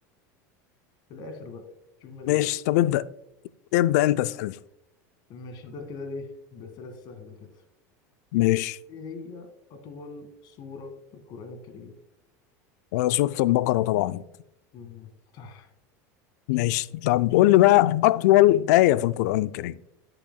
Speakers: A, on the left (about 55°); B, on the left (about 75°).
A: في الآخر بقى نشوف مين اللي
B: ماشي
A: هيكسب
B: طب ابدأ ابدأ انت اسأل
A: ماشي هنبدأ كده بإيه بأسئلة سهلة كده
B: ماشي
A: ايه هي أطول سورة في القرآن الكريم؟
B: آه، سورة البقرة طبعا
A: مم، صح
B: ماشي طب قول لي بقى أطول آية في القرآن الكريم